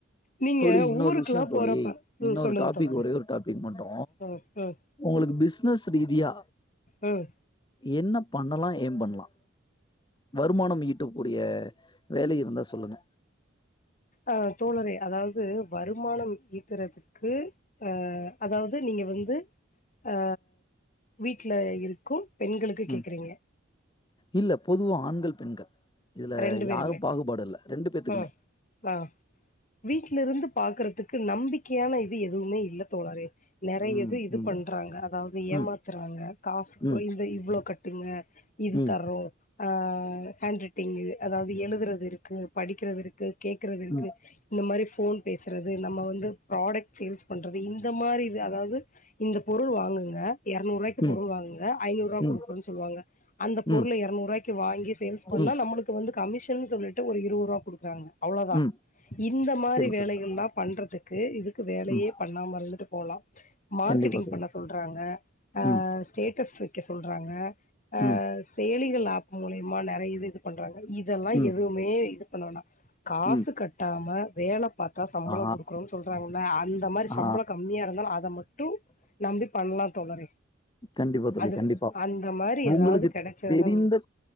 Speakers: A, on the left; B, on the left.
A: நீங்க
B: தோழி இன்னொரு
A: ஊருக்குல்லா
B: விஷயம் தோழி,
A: போறப்ப
B: இன்னொரு
A: ம் சொல்லுங்க
B: டாபிக்
A: தோழரே
B: ஒரே ஒரு டாபிக் மட்டு
A: ம் ம்
B: உங்களுக்கு பிசினஸ் ரீதியா
A: ம்
B: என்ன பண்ணலா ஏம் பண்ணலா வருமானம் ஈட்டக்கூடிய வேலை இருந்தா சொல்லுங்க
A: அ தோழர அதாவது வருமானம் ஈக்குறது கு அ அதாவது நீங்க வந்து அ வீட்டுல இரு கு பெண்களுக்கு
B: ம்.
A: கேக்குறீங்க
B: இல்ல பொதுவ ஆண்கள் பெண்கள் இதுல
A: ரெண்டு பேருமே
B: யாரும் பாகுபாடு இல்ல ரெண்டு பேத்துக்குமே
A: ம் ஆ வீட்ல இருந்து பாக்கறதுக்கு நம்பிக்கையான இது எதுவுமே இல்ல தோழரே நெறையது
B: ம்,
A: இது
B: ம்,
A: பண்றாங்க அதாவது ஏமாத்துறாங்க
B: ம்,
A: காசு
B: ம்,
A: கோயில இவ்ளோ கட்டுங்க இது
B: ம், ம்,
A: தரோ ஆ ஹேண்ட் ரைட்டிங் அதாவுது எழுதுறது இருக்கு படிக்கிறது இருக்கு கேக்றது இருக்கு
B: ம்,
A: இந்த மாரி ஃபோன் பேசுறது நம்ம வந்து ப்ராடக்ட் சேல்ஸ் பண்றது இந்த மாரி இது அதாவுது இந்த பொருள் வாங்குங்க எறநூறுவாய்க்கு
B: ம்,
A: பொருள் வாங்குங்க ஐநூறுவா
B: ம்,
A: குடுக்குறோ சொல்லுவாங்க அந்த பொருள
B: ம்,
A: எறநூறுவாய்க்கு வாங்கி சேல்ஸ்
B: ம்.
A: அவுங்ளுக்கு வந்து கமிஷனு சொல்லிட்டு ஒரு இருவரூவா குடுக் க்குறாங்க அவ்ளோ தா
B: ம்.
A: இந்த மாரி
B: சரிங்க
A: வேலைகள்ல்லா
B: தோழி.
A: பண்றதுக்கு இதுக்கு வேலையே
B: ம்.
A: பண் பண்ணாம இருந்துட்டு போலா மார்கெட்டிங்
B: கண்டிப்பா தோழி.
A: பண்ண சொல்றாங்க அ
B: ம்.
A: ஸ்டேட்டஸ் வைக்க சொல்றாங்க ஆ
B: ம்.
A: செயலிகள் ஆப் மூலியமா நெறைய இது இது பண்றாங்க இதெல்லா
B: ம்.
A: எதுவுமே இது பண்ண வேணா காசு
B: ம்.
A: கட்டாம வேல பாத்தா சம்பளம்
B: ஆ.
A: குடுக்குரோன்னு சொல்றாங்களா அந்த மாரி
B: ஆ.
A: சம்பளம் கம்மியா இருந்தா அத மட்டு நம்பி பண்ணலா தோழரே
B: கண்டிப்பா தோழி
A: அது
B: கண்டிப்பா
A: அந்த மாரி
B: உங்களுக்கு
A: ஏதாவது கெடைச்சதுன்னா
B: தெரிந்த